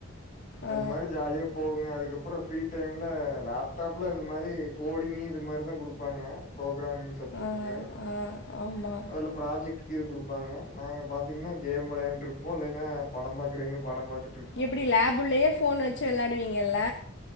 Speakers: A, on the left; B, on the left.
A: அது
B: ஆ
A: மாரி ஜாலியா போகுங்க அதுக்கப் அப்ற ஃப்ரீ டைம்ல லேப்டாப்ல இந்த மாரி கோடிங் இது மாரி தா குடுப்பாங்க ப்ரோ றாங்க அந்த சப்ஜெட்டுக்கு
B: ஆ ஆ ஆமா
A: அதுல புராஜெக்ட் கீது குடுப்பாங்க நாங்க பாத்திங்னா கேம் வெளையான்ட்டு இருப்போ இல்லைனா படம் பாக்றவிங்க படம் பாத்
B: எப்டி லேபுல்லயே ஃபோன் வெச்சு வெளாடுவிங்கல்ல